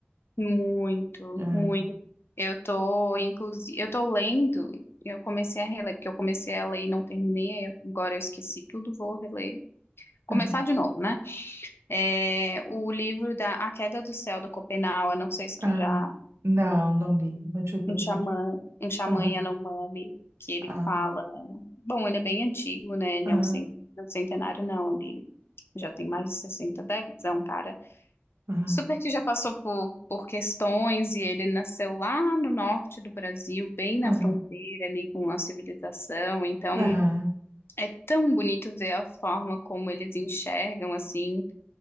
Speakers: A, on the left; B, on the right.
A: Muito,
B: É,
A: muito. Eu tô, inclusive, eu tô lendo, eu comecei a reler, porque eu comecei a ler e não terminei, eu- agora eu esqueci tudo, vou reler. Começar
B: aham,
A: de novo, né? É, o livro da A Queda do Céu, do Copenau, eu não sei se tu
B: ah,
A: já,
B: não, não li. Maternidade.
A: um xamã, um xamã
B: Aham,
A: Yanomami, que ele
B: ah,
A: fala, bom, ele é bem antigo, né? Ele
B: aham,
A: é um, cen- é um centenário, não, ele já tem mais de 60 décadas, é um cara
B: aham,
A: Super que já passou por, por questões e ele nasceu lá no norte do Brasil, bem na
B: aham,
A: fronteira ali com a civilização. Então
B: aham,
A: é tão bonito ver a forma como eles enxergam assim